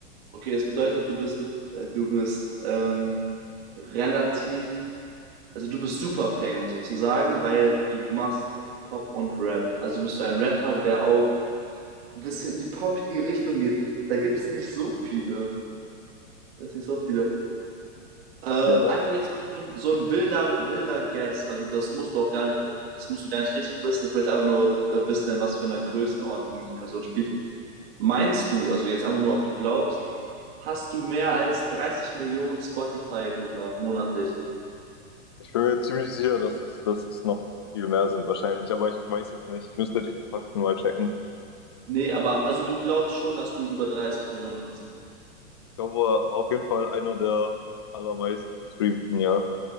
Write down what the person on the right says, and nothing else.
Okay, das bedeutet, du bist, äh, du bist ähm, relativ, also du bist super Fame sozusagen, weil du machst Pop und Rap. Also bist du ein Rapper, der auch ein bisschen in die poppige Richtung geht. Da gibt es nicht so viele. Da ist nicht so viele. Äh,
einfach jetzt so ein, so ein wilder, wilder Guess. Also das musst du auch gar nicht, das musst du gar nicht richtig wissen. Ich möchte aber nur äh, wissen, in was für einer Größenordnung die Person spielt. Meinst du, also jetzt einfach nur, ob du glaubst, hast du mehr als 30 Millionen Spotify-Hörer monatlich?
Nee, aber also du glaubst schon, dass du über 30 Millionen hast.